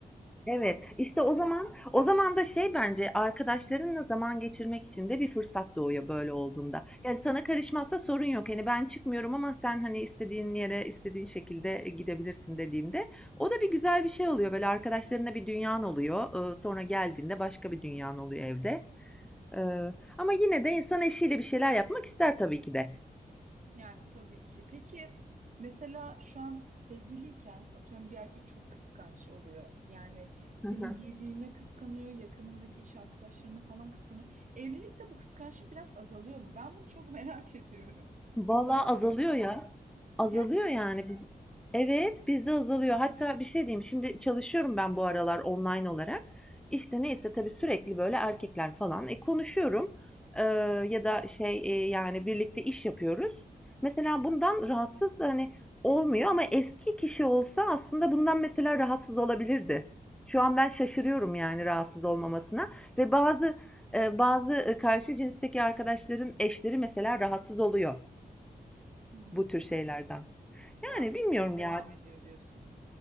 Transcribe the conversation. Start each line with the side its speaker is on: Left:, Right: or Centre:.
Centre: Evet, işte o zaman o zaman da şey bence arkadaşlarınla zaman geçirmek için de bir fırsat doğuyor böyle olduğunda. Yani sana karışmazsa sorun yok. Hani ben çıkmıyorum ama sen hani istediğin yere istediğin şekilde gidebilirsin dediğinde o da bir güzel bir şey oluyor. Böyle arkadaşlarına bir dünyan oluyor. Ee, Sonra geldiğinde başka bir dünyan oluyor evde. Ee, Ama yine de insan eşiyle bir şeyler yapmak ister tabii ki de.
Right: Yani tabii ki. Peki mesela şu an sevgiliyken atıyorum bir erkek çok kıskanç oluyor. Yani senin
Centre: Hı hı.
Right: giydiğine kıskanıyor, yakınındaki iş arkadaşlarını falan kıskanıyor. Evlilikte bu kıskançlık biraz azalıyor mu? Ben bunu çok merak <laughs> ediyorum.
Centre: Vallahi
Right: Yoksa artıyor
Centre: azalıyor
Right: mu?
Centre: ya. Azalıyor
Right: Gerçekten
Centre: yani.
Right: mi?
Centre: Biz, evet bizde azalıyor. Hatta bir şey diyeyim. Şimdi çalışıyorum ben bu aralar online olarak. İşte neyse tabii sürekli böyle erkekler falan. E, konuşuyorum. Ee, ya da şey e, yani birlikte iş yapıyoruz. Mesela bundan rahatsız hani olmuyor ama eski kişi olsa aslında bundan mesela rahatsız olabilirdi. Şu an ben şaşırıyorum yani rahatsız olmamasına ve bazı e, bazı e, karşı cinsteki arkadaşların eşleri mesela rahatsız oluyor
Right: Hmm.
Centre: bu tür şeylerden. Yani
Right: Rahatsızlık
Centre: bilmiyorum
Right: devam
Centre: ya.
Right: ediyor diyorsun.